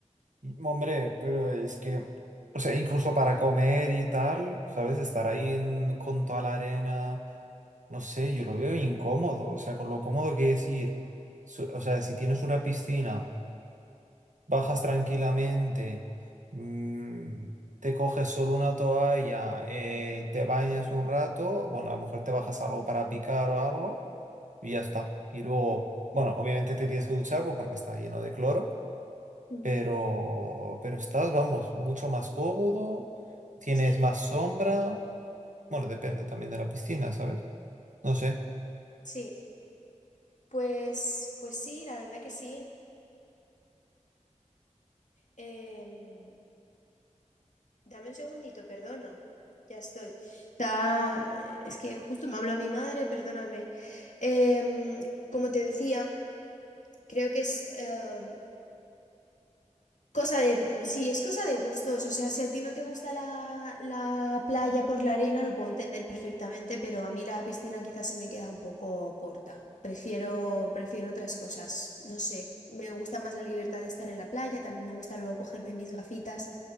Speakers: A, on the right; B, on the left.
A: Y, Hombre, pero es que, o sea, incluso para comer y tal, ¿sabes? Estar ahí en- con toda la arena, no sé, yo lo veo incómodo, o sea, con lo cómodo que es ir, su- o sea, si tienes una piscina. bajas tranquilamente, mm, te coges solo una toalla, eh, te bañas un rato, bueno, a lo mejor te bajas algo para picar o algo y ya está. Y luego, bueno, obviamente te tienes que duchar pues, porque está lleno de cloro,
B: Mm.
A: pero, pero estás, vamos, mucho más cómodo, tienes
B: Sí,
A: más sombra, bueno, depende también de la piscina, ¿sabes? No sé.
B: sí. Pues, pues sí, la verdad que sí. Em, dame un segundito, perdona. Ya estoy. Está- Es que justo me habló mi madre, perdóname. Em, como te decía, creo que es em, cosa de... Sí, es cosa de gustos. O sea, si a ti no te gusta la, la playa por la arena, lo puedo entender perfectamente, pero a mí la piscina quizás se me queda un poco corta. Prefiero, prefiero otras cosas. No sé. Me gusta más la libertad de estar en la playa. También me gusta luego cogerme mis gafitas.